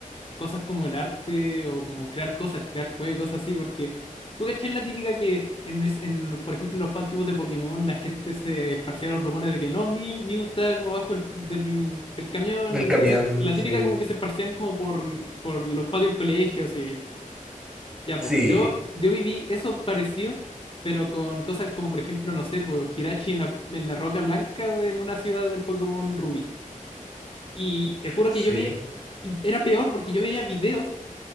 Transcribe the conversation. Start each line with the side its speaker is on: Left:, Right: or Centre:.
Left: cosas como el arte o como crear cosas, crear juegos, cosas así, porque tú cachai la típica que en, es- en, por ejemplo, los juegos antiguos de Pokémon la gente se esparcía los rumores de que no, mi Mew está como abajo el- del, del camión
Centre: del
Left: y
Centre: camión,
Left: esa, la
Centre: sí,
Left: típica como que se esparcían como por, por los patios del colegio, así. Ya,
Centre: sí,
Left: pues, yo, yo viví eso parecido. Pero con cosas como, por ejemplo, no sé, pues Hirachi en la, en la Roca Blanca de- en una ciudad del Pokémon Rubí. Y te juro
Centre: sí.
Left: que yo veía, era peor porque yo veía videos